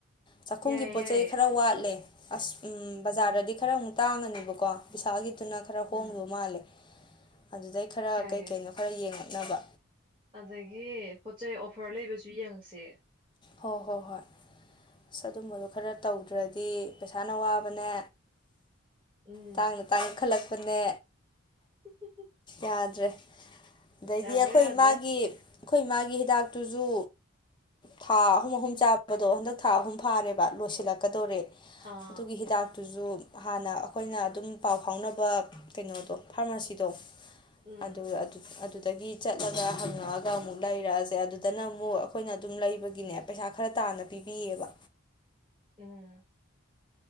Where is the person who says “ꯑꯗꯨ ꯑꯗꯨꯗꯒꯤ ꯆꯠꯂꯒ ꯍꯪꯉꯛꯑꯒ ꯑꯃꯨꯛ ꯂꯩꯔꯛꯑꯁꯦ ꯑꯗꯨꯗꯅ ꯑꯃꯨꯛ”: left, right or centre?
Left